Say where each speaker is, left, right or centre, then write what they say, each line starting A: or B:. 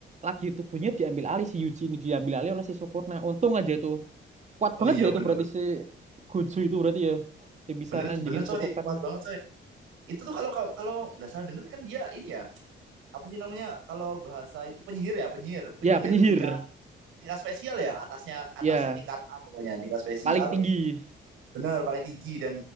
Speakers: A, on the right (about 35°); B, on the right (about 85°).
A: lagi tubuhnya diambil alih, si Yuji ini diambil alih oleh si Sukuna. Untung aja itu. kuat
B: oh
A: banget
B: iya
A: ya itu
B: benar
A: berarti
B: benar
A: si Gojo itu berarti ya dia bisa
B: benar
A: nandingin
B: benar coy
A: kutukan
B: kuat banget coy itu tuh kalau kalau kalau nggak salah denger kan dia ini ya apa sih namanya kalau bahasa itu penyihir ya penyihir penyihir
A: ya penyihir
B: tingkat tingkat spesial ya atasnya atasnya
A: ya
B: tingkat A pokoknya tingkat spesial
A: paling tinggi
B: Bener, paling tinggi dan